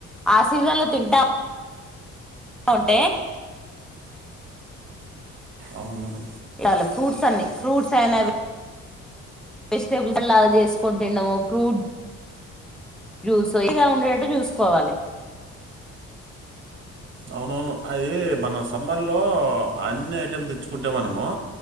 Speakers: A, in the centre; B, on the right.
A: ఆ సీజన్లు తింటా ఉంటే
B: అవునవును
A: తినాలి ఫ్రూట్స్ అన్ని ఫ్రూట్స్ అయినావి వెజిటేబుల్స్ లాగా చేసుకోని తిన్నడము ఫ్రూట్ జ్యూస్ ఇలా ఉండేటట్టు జూసుకోవాలి <unintelligible>
B: అవునవును అది మన సమ్మర్లో అన్ని ఐటెమ్ తెచ్చుకుంటే మనము